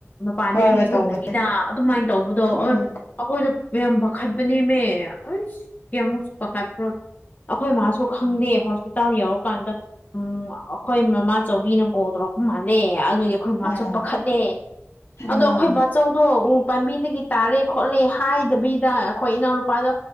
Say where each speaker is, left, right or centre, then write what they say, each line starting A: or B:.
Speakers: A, on the left; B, on the left.
A: ꯃꯄꯥꯟꯗ
B: ꯍꯣꯏ
A: ꯏ
B: ꯍꯣꯏ
A: ꯊꯣꯛꯇꯥꯕꯤꯗꯥ
B: ꯇꯧꯕꯅꯦ
A: ꯑꯗꯨꯃꯥꯏꯅ ꯇꯧꯕꯗꯣ ꯑꯣꯏ
B: ꯎꯝ
A: ꯑꯩꯈꯣꯏꯅ ꯌꯥꯝ ꯄꯥꯈꯥꯠꯄꯅꯦꯃꯦ ꯀꯌꯥꯃꯨꯛ ꯄꯥꯈꯥꯠ ꯑꯩꯈꯣꯏ ꯃꯥꯁꯨ ꯈꯪꯗꯦ ꯍꯣꯁꯄꯤꯇꯥꯜ ꯌꯧꯔꯀꯥꯟꯗ ꯎꯝ ꯑꯩꯈꯣꯏ ꯃꯃꯥꯆꯧꯕꯤꯅ ꯀꯣꯜ ꯇꯧꯔꯛꯄ ꯃꯥꯜꯂꯦ ꯑꯗꯨꯒꯤ ꯑꯩꯈꯣꯏ ꯃꯁꯨ
B: ꯎꯝ
A: ꯄꯥꯈꯠꯂꯦ
B: ꯎꯝ
A: ꯑꯗꯣ ꯑꯩꯈꯣꯏ ꯕꯥꯆꯧꯗꯣ ꯎ ꯄꯥꯝꯕꯤꯗꯒꯤ ꯇꯥꯔꯦ ꯈꯣꯠꯂꯦ ꯍꯥꯏꯗꯕꯤ ꯑꯗꯥ ꯑꯩꯈꯣꯏ ꯏꯅꯥꯎ ꯅꯨꯨꯄꯥꯗꯣ